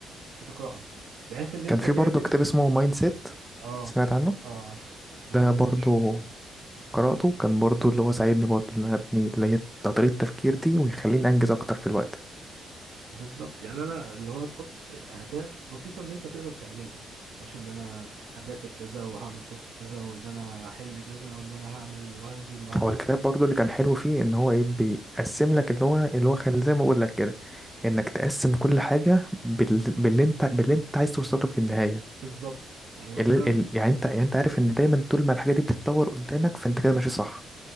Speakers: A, on the right (about 75°); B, in the centre.
A: فتقرأها بحيث ان انت
B: كان في
A: تعمل
B: برضه كتاب اسمه مايند سيت
A: اه
B: سمعت عنه
A: اه عارف بس ما
B: ده
A: قرأتوش
B: برضه قرأته كان برضه اللي هو ساعدني برضه ان انا ابني اللي هي طريقه التفكير دي ويخليني انجز اكتر في الوقت
A: بالظبط يعني انا اللي هو تحط اهداف بسيطة ان انت تقدر تعملها مش ان انا هذاكر كذا وهعمل تاسك كذا وان انا هحل كذا وان انا هعمل وهنزل وهروح
B: هو الكتاب برضو اللي كان حلو فيه ان هو ايه بيقسم لك اللي هو اللي هو كان زي ما اقول لك كده انك تقسم كل حاجه بال... باللي انت باللي انت عايز توصله في النهايه
A: بالظبط يعني مثلا
B: اللي... ال... يعني انت يعني انت عارف ان دايما طول ما الحاجه دي بتتطور قدامك فانت كده ماشي صح